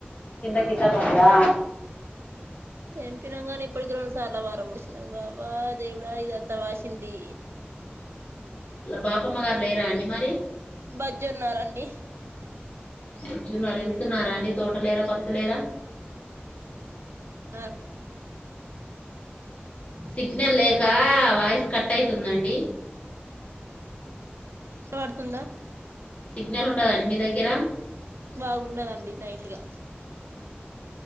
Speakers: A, on the left; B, on the right.
A: కింద కింద బడ్తయ
B: తెంపినాం గానీ ఇప్పటికి రెండు సార్లు పార పోసినాం వావ దేవుడా ఇదంతా వాసింది
A: వాళ్ళ బాపమ్మ గారు లేరా అండి మరి
B: బజ్జోన్నారండి
A: బజ్జున్నారా వెళ్తున్నారా అండి తోట లేరా పత్తు లేరా
B: ఆ
A: సిగ్నల్ లేకా వాయిస్ కట్ అయితుందండి
B: వినపడుతుందా
A: సిగ్నల్ ఉండదండి మీ దగ్గర.
B: బాగుండదండి లైట్గా.